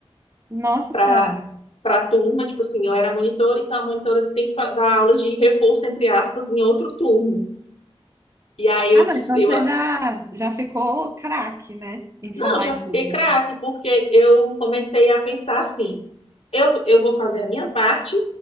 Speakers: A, on the right; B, on the left.
A: Nossa
B: para
A: Senhora.
B: para a turma, tipo assim, eu era monitora, então a monitora tem que dar aulas de reforço, entre aspas, em outro turno. E aí eu,
A: Ah, não, então
B: eu
A: você já, já ficou craque, né? Em
B: Não,
A: falar
B: já
A: em
B: fiquei
A: público.
B: craque, porque eu comecei a pensar assim: eu, eu vou fazer a minha parte